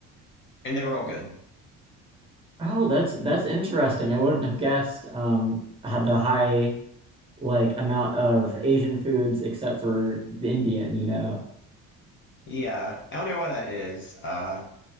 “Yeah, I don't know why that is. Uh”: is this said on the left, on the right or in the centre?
Left